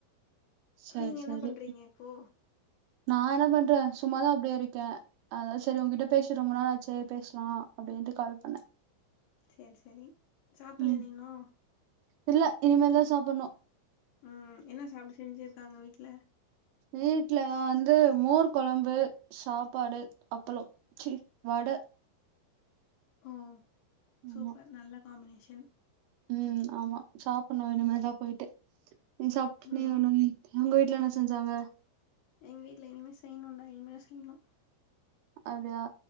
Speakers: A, on the right; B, on the left.
A: சரி
B: நீங்க என்ன
A: சரி
B: பண்றீங்க இப்போ
A: நா என்ன பண்றே சும்மாதா அப்டியே இருக்கே அதாது செரி உங்கிட்ட பேசி ரொம்ப நாளாச்சே பேஸ்லா அப்டின்ட்டு கால் பண்ணே
B: சேரி சேரி சாப்புட்லயா
A: ம்
B: நீ இன்னு
A: இல்ல இனிமேல்தா சாப்புட்ணு
B: ம் என்ன சாப்ட செஞ்சிருக்காங்க வீட்ல
A: வீட்ல வந்து மோர் கொழம்பு சாப்பாடு அப்பளம் சி வட
B: ஓ
A: ஆமா
B: சூப்பர் நல்ல காமினேஷன்
A: ம் ஆமா சாப்புட்ணு இனிமேதா போயிட்டு நீ சாப்ட்
B: ம்
A: நீ <unintelligible> உங்க வீட் ல என்ன செஞ்சாங்க
B: எங்க வீட்ல இனிமே செய்யணுன்டா இனிமேதா செய்யணு
A: அப்டியா